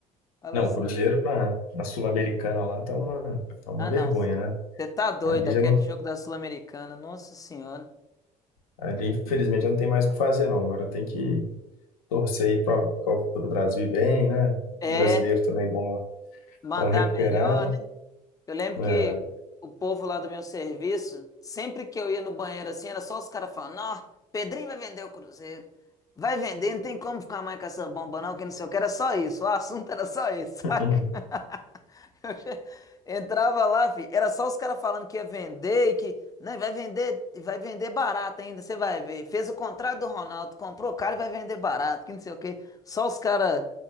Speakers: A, on the left; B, on the left.
A: Fala
B: Não,
A: assim,
B: o Cruzeiro na, na Sul-Americana lá tá uma, tá uma
A: ah
B: vergonha,
A: não, você
B: né?
A: tá doido,
B: Ali
A: aquele
B: já não,
A: jogo da Sul-Americana, nossa senhora.
B: ali infelizmente já não tem mais o que fazer, não. Agora tem que torcer aí para a Copa do Brasil ir bem, né?
A: É,
B: O brasileiro também dá uma,
A: mandar
B: dá uma recuperada.
A: melhor, né? Eu lembro
B: É.
A: que o povo lá do meu serviço, sempre que eu ia no banheiro assim, era só os caras falando: Ó, Pedrinho vai vender o Cruzeiro. Vai vender, não tem como ficar mais com essa bomba, não, que não sei o que. Era só isso. O assunto era só isso, <laughs> saca?
B: Uhum.
A: <laughs> Entrava lá, fi, era só os caras falando que ia vender e que né, vai vender, e vai vender barato ainda, você vai ver. Fez o contrato do Ronaldo, comprou o cara e vai vender barato, que não sei o quê. Só os caras